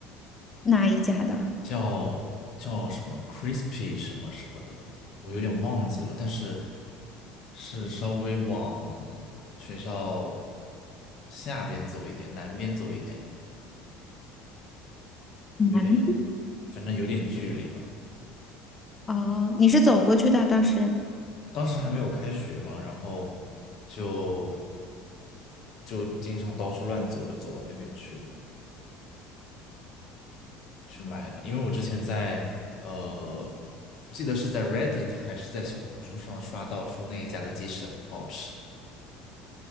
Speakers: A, on the left (about 20°); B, on the left (about 55°).
A: 哪一家的？
B: 叫叫什么 crispy 什么什么的，我有点忘记了，但是是稍微往学校下边走一点，南边走一点，
A: 南
B: 有点，反正有点距离吧。
A: 哦，你是走过去的，当时
B: 当时还没有开学嘛，然后就就经常到处乱走，就走到那边去了，去买了。因为我之前在呃，不记得是在 Reddit 还是在小红书上刷到说那一家的鸡翅很好吃。